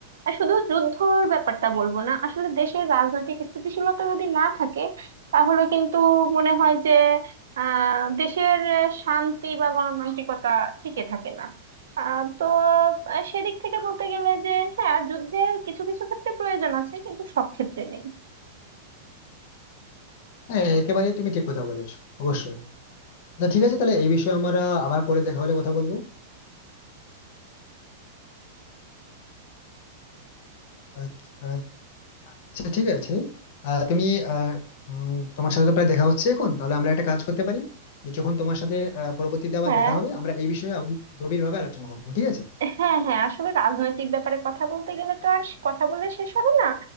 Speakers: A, on the right; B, on the left.
A: আর শুধু যুদ্ধর ব্যাপারটা বলবো না আসলে দেশের রাজনৈতিক স্থিতিশীলতা যদি না থাকে তাহলে কিন্তু মনে হয় যে আহ দেশের আহ, শান্তি বা গণতান্ত্রিকতা টিকে থাকে না আহ, তো আহ, সেদিক থেকে বলতে গেলে যে হ্যাঁ যুদ্ধের কিছু কিছু ক্ষেত্রে প্রয়োজন আছে কিন্তু সব ক্ষেত্রে নেই
B: হ্যাঁ একেবারেই তুমি ঠিক কথা বলেছো অবশ্যই আচ্ছা ঠিক আছে তাহলে এই বিষয়ে আমরা আবার পরে দেখা হলে কথা বলবো আহ, আহ, আচ্ছা ঠিক আছে আহ, তুমি আহ, উম, তোমার সাথে তো প্রায় দেখা হচ্ছে এখন তাহলে আমরা একটা কাজ করতে পারি যে যখন তোমার সাথে আহ, পরবর্তীতে আবার
A: হ্যাঁ
B: দেখা হবে আমরা এই বিষয়ে আবার গভীরভাবে আলোচনা করবো ঠিক আছে
A: হ্যাঁ হ্যাঁ আসলে রাজনৈতিক ব্যাপারে কথা বলতে গেলে তো আর সে- কথা বলে শেষ হবে না